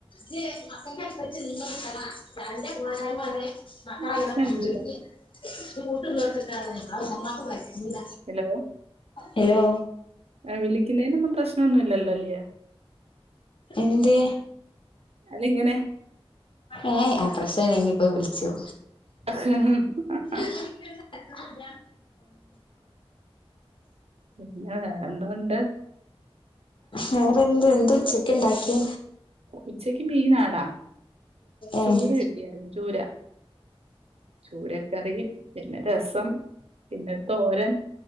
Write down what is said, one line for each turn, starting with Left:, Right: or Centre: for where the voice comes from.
Left: <unintelligible> ജ്ന്തത്തമാ തന്റെ പോരായ്മ ആണ് മക്കളങ്ങനെ
Right: പ്രശ്നല്ല
Left: പോണത് ജ്ജ് റൂട്ട് ഇങ്ങട്ടതേക്കാരം അത് മ്മമ്മാക്ക് പറ്റൂല്ല
Right: ഹലോ
Left: ഹലോ
Right: ആഹ് വിളിക്കുന്നതിനൊന്നും പ്രശനൊന്നൂല്ലല്ലേ
Left: എന്തേ
Right: അല്ലങ്ങിനെ
Left: ഏ പ്രശ്നണ്ടക്കിപ്പോ വിളിച്ചോ
Right: <unintelligible>
Left: മ്മ് <unintelligible>
Right: പിന്നെ വേറെന്തോണ്ട്
Left: വേറെന്ത് എന്താ ഉച്ചക്ക് ഉണ്ടാക്ക്‌യേ
Right: ഉച്ചക്ക് മീനാടാ
Left: ഏഹ്
Right: ചൂര കിട്ടിയാര്ന്നു ചൂരാ ചൂരക്കറി പിന്നെ രസം, പിന്നെ തോരൻ,